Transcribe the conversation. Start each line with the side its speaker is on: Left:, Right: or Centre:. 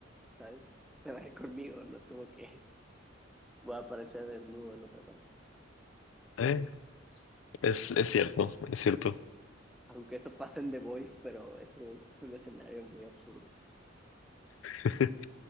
Centre: ¿sabes? Se va a ir conmigo, no es como que <laughs> voy a aparecer desnudo en otra parte.
Left: Eh, es, es cierto, es cierto.
Centre: Aunque eso pasa en The Voice, pero eso es un escenario muy absurdo.
Left: <laughs>